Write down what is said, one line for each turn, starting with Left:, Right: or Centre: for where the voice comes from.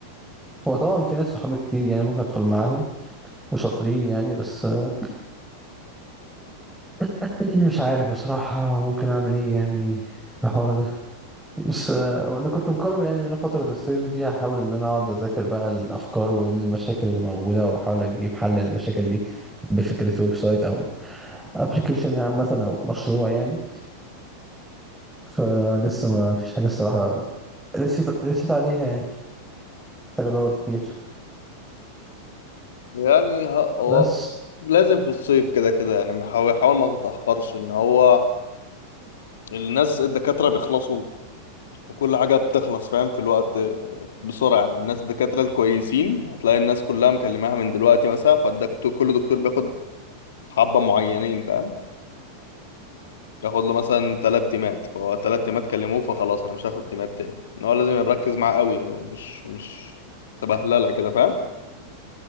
Centre: هو طبعا في ناس صحابي كتير يعني ممكن ادخل معاهم وشاطرين يعني بس آه، <clears throat> مش عارف بصراحه ممكن اعمل ايه يعني في الحوار ده بس آه، انا كنت مقرر يعني ان انا فتره الصيف دي هحاول ان انا اقعد اذاكر بقى الافكار والمشاكل اللي موجوده واحاول اجيب حل للمشاكل دي بفكره ويب سايت او ابلكيشن عامه او مشروع يعني فلسه ما فيش حاجه الصراحه رسيت رسيت عليها يعني محتاج ادور كتير
Left: يعني ه- هو
Centre: بس
Left: لازم في الصيف كده كده يعني حاول حاول ما تتأخرش ان هو الناس الدكاترة بيخلصوا وكل حاجة بتخلص فاهم في الوقت بسرعة يعني الناس الدكاترة الكويسين هتلاقي الناس كلها مكلماها من دلوقتي مثلا فالدكتور كل دكتور بياخد حبة معينين فاهم ياخد له مثلا تلات تيمات فهو تلات تيمات كلموه فخلاص انا مش هاخد تيمات تاني ان هو لازم يركز معاه قوي هو مش مش سبهلله كده فاهم